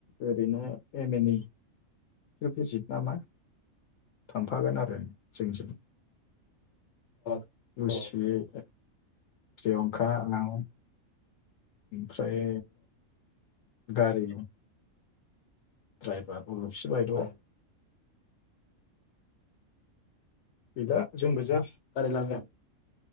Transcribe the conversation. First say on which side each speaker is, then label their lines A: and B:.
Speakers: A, on the left; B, on the left.
A: ओरैनो एम एन इ बिजेजित नामा थांफागोन आरो जोंजों
B: अ
A: <unintelligible>
B: औ
A: प्रियंका आं ओमफ्राय गारि द्राइबार <unintelligible> बायद'
B: आं
A: गैला जोंगोजा
B: गारि लांगोन